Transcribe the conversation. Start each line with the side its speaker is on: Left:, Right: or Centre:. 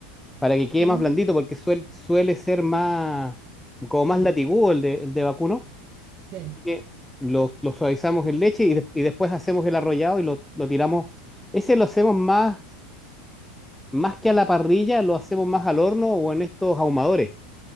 Centre: para que quede
Right: Ujú.
Centre: más blandito, porque suel- suele ser más, como
Right: Sí,
Centre: más latigudo el de, el de vacuno.
Right: sí.
Centre: que lo, lo suavizamos en leche y, de- y después hacemos el arrollado y lo, lo tiramos. Ese lo hacemos más, más que a la parrilla, lo hacemos más al horno o en estos ahumadores.